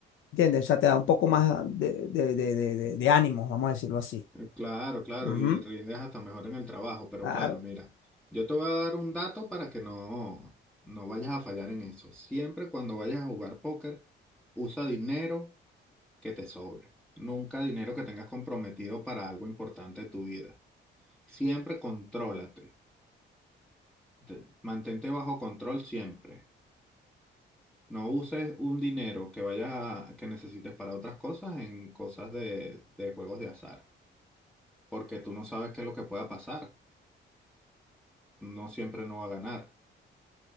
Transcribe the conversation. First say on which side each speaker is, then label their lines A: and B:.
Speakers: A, on the left; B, in the centre.
A: ¿Entiendes? O sea, te da un poco más de, de, de, de, de- de ánimos, vamos a decirlo así.
B: Eh, Claro, claro,
A: Ujú,
B: y rindes hasta mejor en el trabajo, pero
A: Claro.
B: claro, mira, yo te voy a dar un dato para que no, no vayas a fallar en eso. Siempre cuando vayas a jugar póker, usa dinero que te sobre. Nunca dinero que tengas comprometido para algo importante de tu vida. Siempre contrólate. Te- Mantente bajo control siempre. No uses un dinero que vaya, a- que necesites para otras cosas en cosas de de juegos de azar. porque tú no sabes qué es lo que pueda pasar. No siempre no va a ganar.